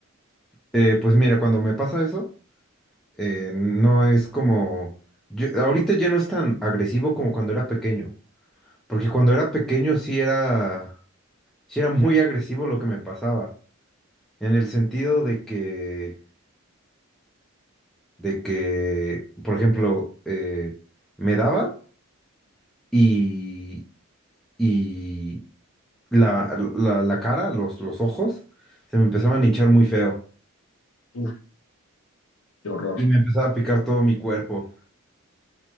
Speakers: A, in the centre; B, on the left.
A: Eh, pues mira, cuando me pasa eso, eh, no es como... yo- ahorita ya no es tan agresivo como cuando era pequeño, porque cuando era pequeño sí era, sí era muy agresivo lo que me pasaba, en el sentido de que, de que, por ejemplo, eh, me daba y, y la, la- la cara, los, los ojos, se me empezaban a hinchar muy feo
B: Uf, qué horror.
A: y me empezaba a picar todo mi cuerpo.